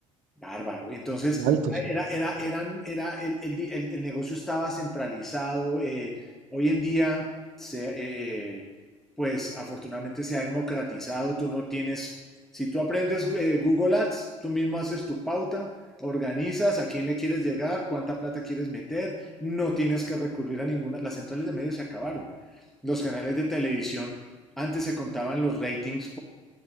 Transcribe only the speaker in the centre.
Bárbaro. Y Entonces,
era, era, eran, era el, el di- el- el negocio estaba centralizado. eh, hoy en día, se, eh, pues afortunadamente se ha democratizado. Tú no tienes, si tú aprendes eh, Google Ads, tú mismo haces tu pauta, organizas a quién le quieres llegar, cuánta plata quieres meter. No tienes que recurrir a ninguna. Las centrales de medios se acabaron. Los canales de televisión, antes se contaban los ratings